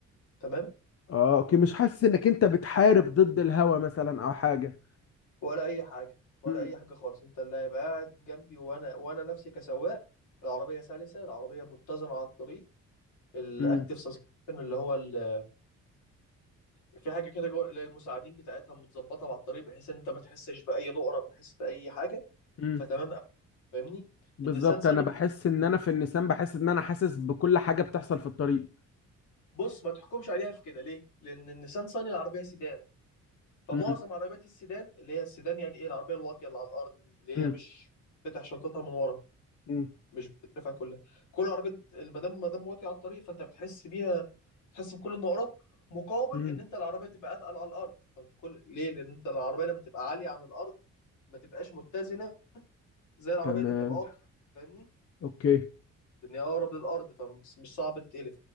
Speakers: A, on the left; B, on the left.
A: تمام
B: اه اوكي مش حاسس انك انت بتحارب ضد الهوا مثلا او حاجة
A: ولا اي حاجه ولا
B: امم
A: اي حاجه خالص انت اللي هيبقى قاعد جنبي وانا وانا نفسي كسواق العربية سلسة العربية متزنة على الطريق الاكتف
B: امم
A: سسبنشن اللي هو ال- في حاجه كده جوه اللي هي المساعدين بتاعتها متظبطه مع الطريق بحيث ان انت ما تحسش باي نقره بحيث باي حاجه
B: امم
A: فتمام أوي، فاهمني
B: بالظبط
A: النيسان صني
B: انا بحس ان انا في النسيان بحس ان انا حاسس بكل حاجة بتحصل في الطريق
A: بص ما تحكمش عليها في كده ليه لان النيسان صني العربيه سيدان فمعظم
B: امم
A: عربيات السيدان اللي هي السيدان يعني ايه العربيه الواطيه اللي على الارض دي اللي
B: امم
A: هي مش تفتح شنطتها من ورا
B: امم
A: مش بتترفع كلها كل عربيه ما دام ما دام واطيه على الطريق فانت بتحس بيها بتحس بكل النقرات مقابل
B: امم
A: ان انت العربيه تبقى اتقل على الارض فانت كل ليه لان انت العربيه لما تبقى عاليه عن الارض ما تبقاش متزنه زي العربيه
B: تمام
A: اللي بتبقى واطيه فاهمني
B: اوكي
A: لان هي اقرب للارض فمش صعب تتقلب